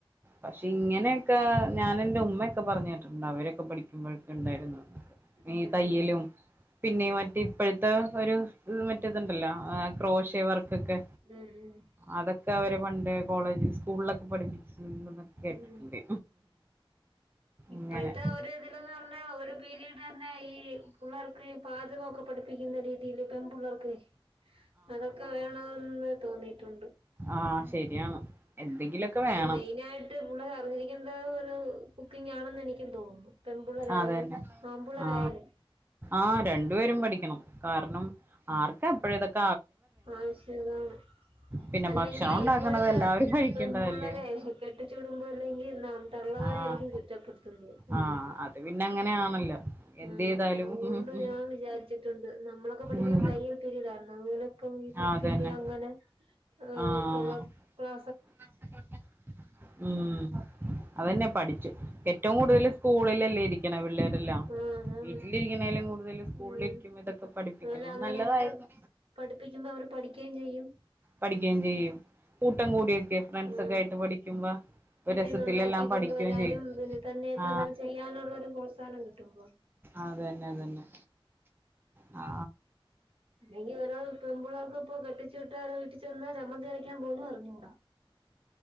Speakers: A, on the right; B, on the right.
A: പക്ഷെ ഇങ്ങനെക്കെ ഞാൻ എന്റെ ഉമ്മക്കെ പറഞ്ഞ കേട്ടിട്ട്ണ്ട് അവരൊക്കെ പഠിക്കുമ്പോഴൊക്കെ ഉണ്ടായി ര്ന്നൂന്ന്
B: ആഹ് ഉം
A: ഈ തയ്യലും പിന്നെ മറ്റേ ഇപ്പോഴത്തെ ഒര് മറ്റേതുണ്ടല്ലോ ക്രോഷേ വർക്ക്‌ തൊക്കെ
B: ഉം
A: അതൊക്കെ അവരെ പണ്ട് കോളേജ് സ്കൂളിലൊക്കെ പഠിപ്പിച്ച് <unintelligible> കേട്ടിട്ടുണ്ട്
B: ഉം ഇപ്പോഴത്തെ
A: ഇങ്ങനെ
B: ഒരു ഇതിലന്ന് പറഞ്ഞ ഒരു പിരീഡന്നെ ഈ പുള്ളേർക്ക് പാചകമൊക്കെ പഠിപ്പിക്കുന്ന രീതിയില് പെൺപുള്ളേർക്കെ അതൊക്കെ വേണെന്ന് തോന്നിയിട്ടുണ്ട്
A: ആ
B: ഉം
A: ശരിയാണ് എന്തെങ്കിലുമൊക്കെ
B: ഇപ്പൊ
A: വേണം
B: മെയിനായിട്ട് പുള്ള അറിഞ്ഞിരിക്കേണ്ട ഒരു കുക്കിംഗ് ആണെന്ന് എനിക്കും തോന്നുന്നു പെൺപിള്ളേരായാലും
A: അതന്നെ
B: ആമ്പിള്ളേരായാലും
A: ആ ആ രണ്ടു പേരും പഠിക്കണം കാരണം ആർക്കപ് <unintelligible>
B: ആവശ്യം അതാണ്.
A: പിന്നെ
B: അല്ലെങ്കി
A: ഭക്ഷണം ഉണ്ടാക്കണത്
B: ഇപ്പോഴത്തെ
A: എല്ലാവരും കഴിക്കേണ്ടതല്ലേ
B: പെമ്പുള്ളരെ കെട്ടിച്ചു വിടുമ്പോ അല്ലെങ്കി ന തള്ളവരെയായിരിക്കും
A: ആഹ്
B: കുറ്റപ്പെടുത്തുന്നത് അവര്
A: ആഹ് അത് പിന്നെ അങ്ങനെയാണല്ലോ എന്ത്
B: ഉം
A: ചെയ്താലും
B: അതുകൊണ്ട്
A: ഉം ഉം
B: ഞാൻ വിചാരിച്ചിട്ടുണ്ട് നമ്മളൊക്കെ പഠിക്കുമ്പോ
A: ഉം
B: തയ്യൽ പിരീഡായിരുന്നു അതുപോലെ ഇപ്പൊ ഈ കുക്കിംഗ്
A: അതന്നെ
B: അങ്ങനെ <unintelligible>
A: ആഹ്
B: ക്ലാ
A: <unintelligible> ഉം അതെന്നെ പഠിച്ചു. ടെക് റ്റവും കൂടുതൽ സ്കൂളിലല്ല ഇരിക്കണേ പി പിള്ളേരെല്ലാം
B: ആഹ് അതാണ്
A: വീട്ടിലിരിക്കണേലും കൂടുതല് സ്കൂളിലിരിക്കുമ്പേ
B: ഉം
A: ഇതൊക്കെ പഠിപ്പിക്കുന്നത്
B: അതുപോലെ അങ്ങനെയൊക്കെ
A: നല്ലതായിരുന്നു.
B: പഠിപ്പിക്കുമ്പോ അവര് പഠിക്കുകയും ചെയ്യും
A: പഠിക്കയും ചെയ്യും കൂട്ടം കൂടിയി ഫ്രണ്ട്സ്
B: ഉം
A: ഒക്കെ ആയിട്ട് പഠിക്കുമ്പോ
B: വീട്ടീന്ന്
A: ഒരു രസത്തിലെല്ലാം
B: ഉണ്ടാക്കി
A: പഠിക്കുകയും
B: കൊണ്ടുവരാനും
A: ചെയ്യും.
B: പിന്നെ തന്നെയൊക്കെ
A: ആ
B: അങ്ങനെ ചെയ്യാനുള്ള ഒരു പ്രോത്സാഹനം കിട്ടുമ്പോ
A: അതന്നെ അതന്നെ ആ
B: അല്ലെങ്കിൽ ഓരോ പെമ്പിള്ളേർക്ക് ഇപ്പൊ കെട്ടിച്ചു വിട്ടാ ഓരോ വീട്ടിച്ചെന്നാ ചമ്മന്തി അരക്കാൻ പോലും അറിഞ്ഞുകൂടാ.